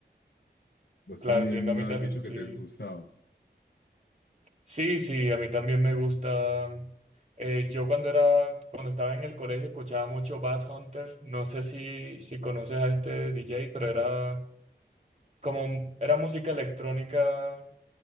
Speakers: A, on the left; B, on the right.
A: Vos
B: Claro,
A: también
B: entiendo a
A: me
B: mí
A: has
B: también,
A: dicho
B: sí.
A: que te gustaba.
B: Sí, sí, a mí también me gusta. Eh, yo cuando era, cuando estaba en el colegio escuchaba mucho Bass Hunter. No sé si, si conoces a este DJ, pero era como, era música electrónica